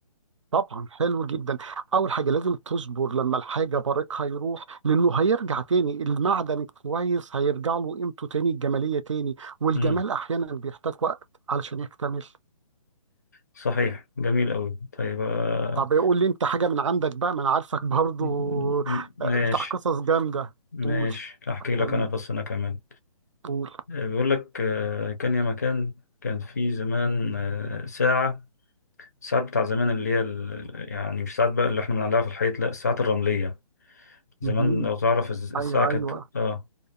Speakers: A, on the right; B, on the left.
A: طبعا حلو جدا اول حاجه لازم تصبر لما الحاجه بريقها يروح لانه هيرجع تاني المعدن الكويس هيرجع له قيمته تاني الجماليه تاني والجمال
B: مم.
A: احيانا بيحتاج وقت علشان يكتمل
B: صحيح جميل قوي طيب آه،
A: طب يقول لي انت حاجه من عندك بقى ما انا عارفك برضو
B: م- م- ماشي
A: آه، بتاع قصص جامده
B: ماشي
A: قول
B: احكي لك
A: قول
B: انا قصة انا كمان
A: قول
B: آه، بيقول لك آه، كان يا مكان كان في زمان آه، ساعة الساعات بتاع زمان اللي هي ال- يعني مش ساعات بقى اللي احنا بنعلقها في الحيط لا الساعات الرملية زمان
A: مهم.
B: لو تعرف الز- الساعة
A: ايوه
B: كانت
A: ايوه
B: اه